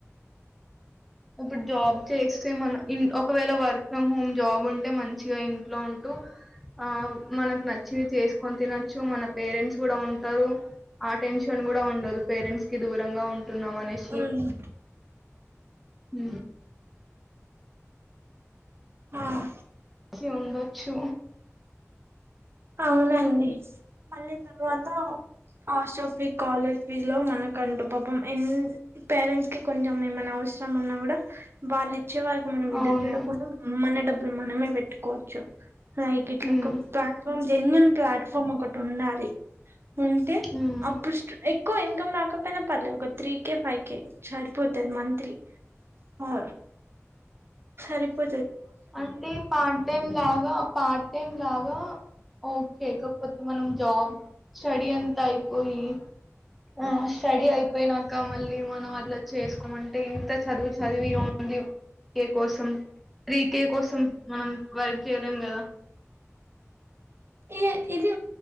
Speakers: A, in the centre; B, on the right.
A: అప్పుడు జాబ్ చేస్తే మన ఒకవేళ వర్క్ ఫ్రమ్ హోమ్ జాబ్ ఉంటే మంచిగా ఇంట్లో ఉంటూ ఆ మనకు నచ్చినివి చేసుకొని తినొచ్చు మన పేరెంట్స్ కూడా ఉంటారు ఆ టెన్షన్ కూడా ఉండదు పేరెంట్స్ కి దూరంగా ఉ టున్నా మనేసి
B: అవును
A: ఊ
B: ఆ
A: శి ఉండొచ్చు
B: అవునండి మళ్ళీ తర్వాత హాస్టల్ ఫీ కాలేజ్ ఫీజ్ లో మనకు అంటూ పాపం ఎన్ పేరెంట్స్ కి కొంచెం ఏమన్నా అవసరం ఉన్నా కూడా వాళిక్ వచ్చే వారికి మనం ఎదురు
A: అవును
B: చూడకుండా మన డబ్బులు మనమే పెట్టుకోవచ్చు లైక్ ఇట్ల
A: ఉమ్
B: ఒక పాత్ జెన్యున్ ప్లాట్ఫామ్ ఒకటి ఉండాలి ఉంటే
A: ఉమ్
B: అప్పుడు ఎక్కువ ఇన్కమ్ రాకపోయినా పర్లేదు ఒక త్రీ కే ఫైవ్ కే సరిపోతుంది మంత్లీ ఆ సరిపో
A: అంటే పార్ట్ టైమ్ లాగా పార్ట్ టైం లాగా ఓకే కాకపోతే మనం జాబ్ స్టడీ అంత అయిపోయి ఆ స్టడీ అయిపోయినాక మళ్ళీ మనం అట్లా చేసుకోమంటే ఇంత చదువు చదివి దివ్ ఏ కోసం త్రీ కే కోసం మనం వర్క్ చేయలేం కదా
B: ఈ ఇది